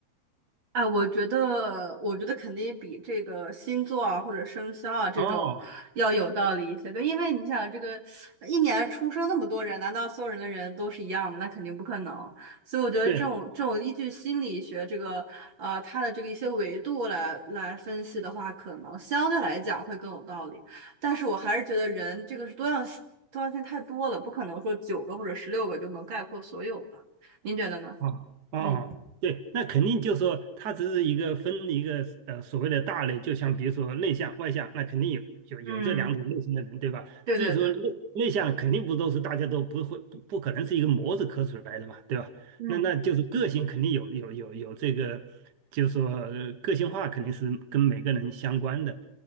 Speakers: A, on the right; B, on the right.
A: 哎，我觉得，我觉得肯定比这个星座啊或者生肖啊这种要有道理一些。
B: 哦，
A: 对，因为你想，这个一年出生那么多人，难道所有人的人都是一样吗？那肯定不可能。所以我觉得这种这种依据心理学这个啊、
B: 对，
A: 呃它的这个一些维度来来分析的话，可能相对来讲会更有道理。但是我还是觉得人这个是多样性，多样性太多了，不可能说九个或者十六个就能概括所有的。您觉得呢？
B: 哦哦哦，
A: 嗯
B: 对，那肯定就是说它只是一个分一个呃所谓的大类，就像比如说内向外向，那肯定有有有这两种类型的人，
A: 嗯，
B: 对吧？
A: 对对对。
B: 至于说内内向，肯定不都是大家都不会不不可能是一个模子刻出来的嘛，对吧？
A: 嗯
B: 那那就是个性肯定有有有有这个，就是说呃个性化肯定是跟每个人相关的，